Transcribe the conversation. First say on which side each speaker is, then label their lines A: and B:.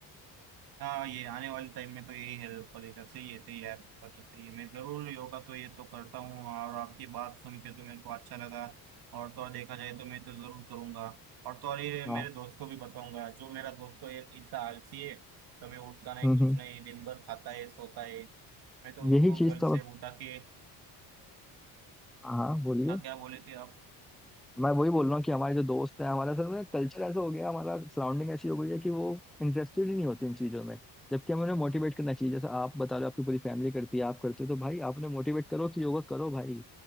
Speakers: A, on the right; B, in the centre.
A: हाँ ये आने वाले टाइम में तो यही हेल्प करेगा सही है सही है आपका तो सही है मैं जरूर योगा तो ये तो करता हूँ और आपकी बात सुन के तो मेरे को अच्छा लगा और तो और देखा जाए तो मैं तो जरूर करूँगा और तो और ये
B: हाँ
A: मेरे दोस्त को भी बताऊंगा जो मेरा दोस्त तो ये इतना आलसी है कभी उठता नहीं
B: हम्म
A: कुछ
B: हम्म।
A: नहीं दिन भर खाता है सोता है मैं तो उसको
B: यही चीज
A: कल
B: तो
A: से उठा के
B: हाँ हाँ, बोलिए
A: हाँ क्या बोले थे आप
B: मैं वही बोल रहा हूँ कि हमारे जो दोस्त हैं हमारा असल में कल्चर ऐसा हो गया हमारा सराउंडिंग ऐसी हो गई है कि वो इंटरेस्टेड ही नहीं होते इन चीज़ों में जबकि हमें उन्हें मोटिवेट करना चाहिए जैसे आप बता रहे हो आपकी पूरी फैमिली करती है आप करते हो तो भाई आपने मोटिवेट करो कि योगा करो भाई